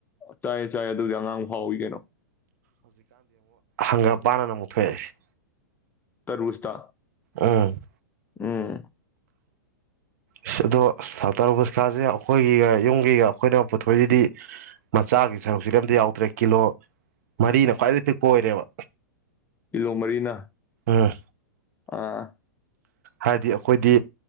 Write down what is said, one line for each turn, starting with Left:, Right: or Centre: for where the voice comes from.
Left: ꯆꯥꯏꯌꯦ ꯆꯥꯏꯌꯦ ꯑꯗꯨꯕꯨꯗꯤ ꯑꯉꯥꯡ ꯍꯥꯎꯏ ꯀꯩꯅꯣ
Right: ꯍꯪꯒ ꯄꯥꯟꯅ ꯑꯃꯨꯛꯊ ꯊꯣꯛꯑꯦ
Left: ꯇꯔꯕꯨꯖꯇꯥ
Right: ꯑꯝ
Left: ꯎꯝ
Right: ꯏꯁ ꯑꯗꯣ ꯇꯔꯕꯨꯖ ꯀꯥꯁꯦ ꯑꯩꯈꯣꯏꯒꯤꯒ ꯌꯨꯝꯒꯤꯒ ꯑꯩꯈꯣꯏꯅ ꯄꯨꯊꯣꯛꯏꯁꯤꯗꯤ ꯃꯆꯥꯒꯤ ꯁꯔꯨꯛꯁꯤꯗꯤ ꯑꯝꯇ ꯌꯥꯎꯗ꯭ꯔꯦ ꯀꯤꯂꯣ ꯃꯔꯤꯅ ꯈ꯭ꯋꯥꯏꯗꯩꯩ ꯄꯤꯛꯄ ꯑꯣꯏꯔꯦꯕ
Left: ꯀꯤꯂꯣ ꯃꯔꯤꯅ
Right: ꯎꯝ
Left: ꯑꯥ
Right: ꯍꯥꯏꯗꯤ ꯑꯩꯈꯣꯏꯗꯤ